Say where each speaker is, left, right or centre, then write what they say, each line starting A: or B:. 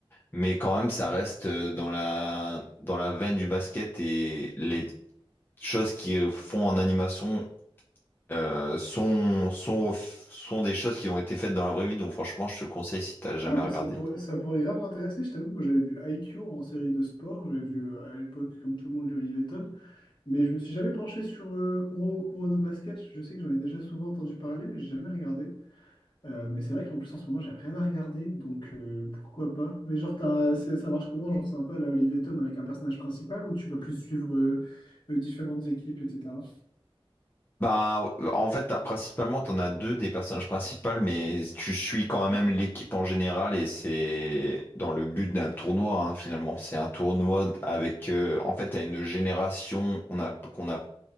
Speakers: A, on the left; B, on the left.
A: mais quand même, ça reste euh, dans la, dans la veine du basket et les choses qu'ils font en animation euh, sont, sont, sont des choses qui ont été faites dans la vraie vie, donc franchement, je te le conseille si t'as jamais
B: Ah, bah,
A: regardé.
B: ça pourrait, ça pourrait grave m'intéresser, je t'avoue. Moi, j'avais vu IQ en série de sport. J'avais vu euh, à l'époque, comme tout le monde, les Olivier Tom. Mais je me suis jamais penché sur euh, Kuro, Kurono Basket. Je sais que j'en ai déjà souvent entendu parler, mais j'ai jamais regardé. Euh, mais c'est vrai qu'en plus, en ce moment, j'ai rien à regarder. Donc, euh, pourquoi pas? Mais genre, t'as- c'est- ça marche comment? Genre, c'est un peu à la Olivier Tom avec un personnage principal ou tu vas plus suivre euh, euh, différentes équipes, etc.
A: Bah, en fait, t'as principalement, t'en as deux des personnages principaux, mais tu suis quand même l'équipe en général et c'est dans le but d'un tournoi, hein, finalement. C'est un tournoi avec, euh, en fait, t'as une génération, on a, qu'on a,